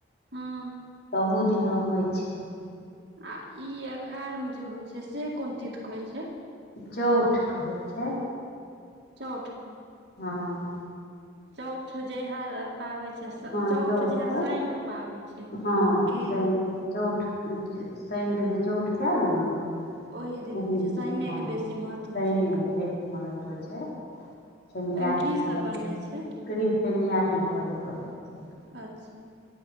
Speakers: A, on the right; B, on the left.
A: हूॅं,
B: ओहो दिना होइ छै।
A: आ, ई अखाढ़ में जे होइ छै, से कोन तीथ के होइ छै।
B: चौठके होइ छै।
A: चौठके,
B: हाॅं।
A: चौठ जहिया पाबै छै,
B: हँ
A: चौठ जहिया,
B: के
A: शइन कऽ पाबै छै। छै,
B: हँ
A: की
B: शनि के जे चौठ, शइन के जे चौठ पयैल ने
A: ओहि
B: तऽ
A: दिन होइ छै,
B: दिना
A: शइनेके
B: हँ
A: बेसी महत्व
B: शइनक
A: छै एकर।
B: बेसी महत्व छै शनियाही
A: एहिमे की सब
B: घड़ी,
A: बनै छै
B: एकरे शनियही घड़ी कहै छै।
A: अच्छा,